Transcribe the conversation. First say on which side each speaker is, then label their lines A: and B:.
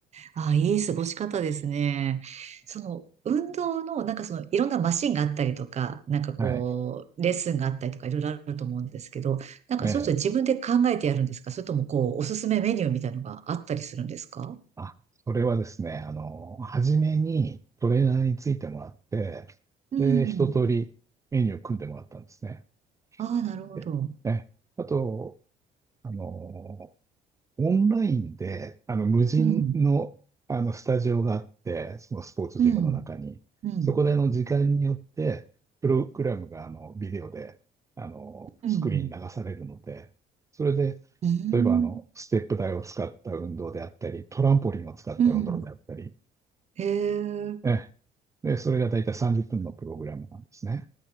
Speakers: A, on the right; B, on the right.
A: ああ、いい過ごし方ですね。その、運動の、なんかその、いろんなマシンがあったりとか、なんかこう、
B: はい。
A: レッスンがあったりとか、いろいろあると思うんですけど、なんかそういうの自分で考えてやるんですかそれともこう、
B: ええ。
A: おすすめメニューみたいのがあったりするんですか
B: あ、それはですね、あの、初めにトレーナーについてもらって、
A: うん。
B: で、一通りメニューを組んでもらったんですね。
A: ああ、なるほど。
B: でね、あと、あの、オンラインで、あの、無人の、
A: うん。
B: あの、スタジオがあって、そのスポーツジムの中に、
A: うん。うん。
B: そこで、あの、時間によって、プログラムが、あの、ビデオで、あの、
A: うん。
B: スクリーンに流されるので、それで、
A: うん。
B: 例えば、あの、ステップ台を使った運動であったり、トランポリンを使った運動であったり、
A: うん。へえ。
B: ね、で、それが大体30分のプログラムなんですね。